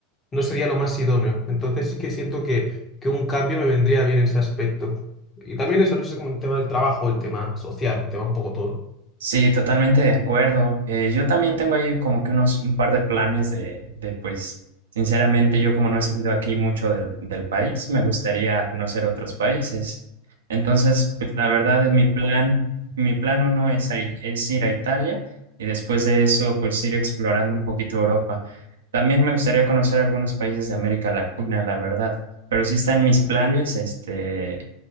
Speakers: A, on the left; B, on the right.
A: no sería lo más idóneo. Entonces sí que siento que, que un cambio me vendría bien en ese aspecto. Y también eso, no sé, como el tema del trabajo, el tema social, el tema un poco todo.
B: Sí, totalmente de acuerdo. Eh, yo también tengo ahí como que unos un par de planes de, de pues, sinceramente, yo como no he salido aquí mucho del, del país, me gustaría conocer otros países. Entonces, pues, la verdad es mi plan, mi plan uno es, a- es ir a Italia y después de eso, pues ir explorando un poquito Europa. También me gustaría conocer algunos países de América Latina, la verdad. Pero sí están mis planes, este,